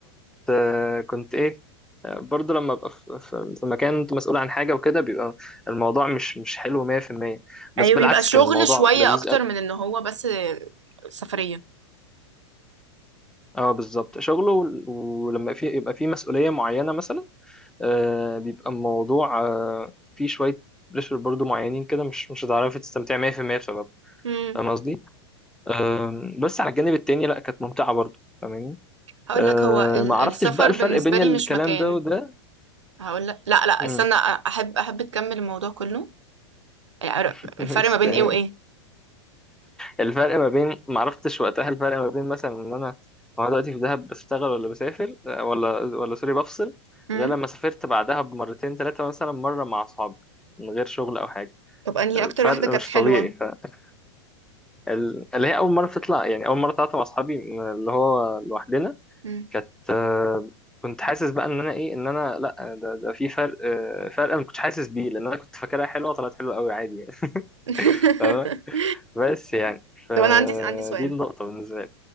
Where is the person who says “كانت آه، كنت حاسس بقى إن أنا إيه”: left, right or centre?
Centre